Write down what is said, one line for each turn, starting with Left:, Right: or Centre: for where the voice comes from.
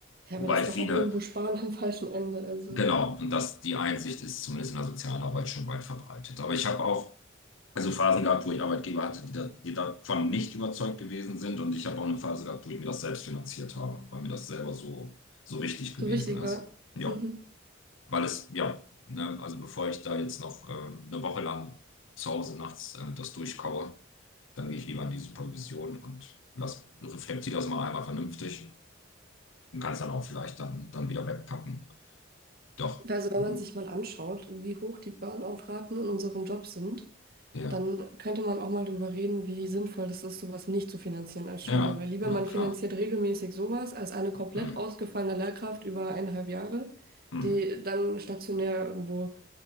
Right: Ja,
Left: Wobei
Right: aber das ist
Left: viele,
Right: doch auch irgendwo Sparen am falschen Ende. Also
Left: genau, und das, die Einsicht ist zumindest in der Sozialarbeit schon weit verbreitet. Aber ich habe auch also Phasen gehabt, wo ich Arbeitgeber hatte, die, da, die davon nicht überzeugt gewesen sind. Und ich habe auch eine Phase gehabt, wo ich mir das selbst finanziert habe, weil mir das selber so, so wichtig gewesen
Right: so wichtig
Left: ist.
Right: war.
Left: Ja
Right: Mhm.
Left: weil es, ja, ne, also bevor ich da jetzt noch äh, eine Woche lang zu Hause nachts äh, das durchkaue, dann gehe ich lieber in die Supervision und lass, reflektiere das mal einmal vernünftig und kann es dann auch vielleicht dann, dann wieder wegpacken. Doch,
Right: Also wenn
Left: mhm.
Right: man sich mal anschaut, wie hoch die Burnout-Raten in unserem Job sind.
Left: Ja,
Right: dann könnte man auch mal darüber reden, wie sinnvoll das ist, sowas nicht zu finanzieren als
Left: ja,
Right: Schule. Weil lieber
Left: na
Right: man
Left: klar.
Right: finanziert regelmäßig sowas als eine komplett
Left: Mhm.
Right: ausgefallene Lehrkraft über eineinhalb Jahre,
Left: Mhm.
Right: die dann stationär irgendwo